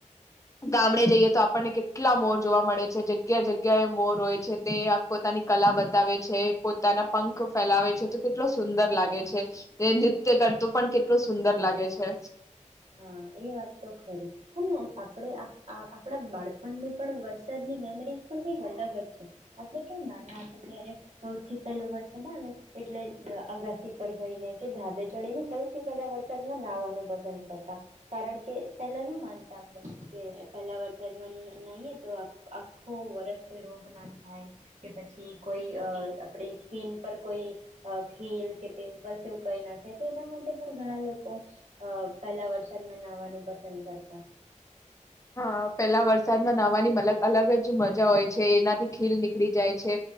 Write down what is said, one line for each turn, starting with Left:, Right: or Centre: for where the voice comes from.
Left: ગામડે જઈએ તો આપણને કેટલા મોર જોવા મળે છે જગ્યા જગ્યા એ મોર હોય છે તે પોતાની કલા બતાવે છે પોતાના પંખ ફેલાવે છે તો કેટલો સુંદર લાગે છે એ નૃત્ય કરતું પણ કેટલું સુંદર લાગે છે.
Right: હા એ વાત તો ખરી અને આપણે આપણા બાળપણની પણ વરસાદની મેમરીઝ પણ કઈક અલગ જ છે આપણે કેમ નાના હતા ત્યારે સૌથી પહેલો વરસાદ આવે એટલે અગાસી પર જઈને કે ધાબે ચડીને સૌથી પહેલા વરસાદમાં નાહવાનું પસંદ કરતા કારણ કે પેલા શું માનતા આપડે કે પહેલા વરસાદમાં નાઈ નાહીએ તો આખો વરસ કોઈ રોગ ના થાય કે પછી કોઈ અ આપડી સ્કીિન પર કોઈ ખીલ કે પિમ્પલ્સ એવું કઈ ના થાય તો એના માટે પણ ઘણા લોકો અ પેલા વરસાદ સાદમાં નાવાનું પસંદ કરતા
Left: હા પેલા વરસાદમાં નાહવાની મલગ અલગ જ મજા હોય છે એનાથી ખીલ નીકળી જાય છે